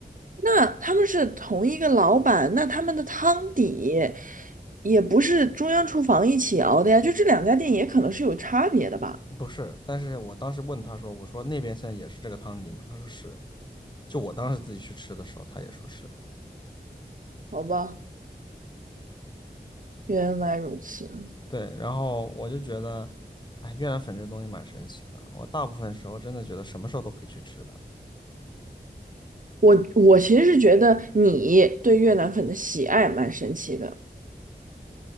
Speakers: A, on the right; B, on the left.
A: 那他们是同一个老板，那他们的汤底也不是中央厨房一起熬的呀，就这两家店也可能是有差别的吧？
B: 不是，但是我当时问他说，我说那边现在也是这个汤底吗？他说是，就我当时自己去吃的时候，他也说是
A: 好吧，原来如此。
B: 对，然后我就觉得，哎，越南粉这东西蛮神奇的，我大部分时候真的觉得什么时候都可以去吃的。
A: 我我其实是觉得你对越南粉的喜爱蛮神奇的。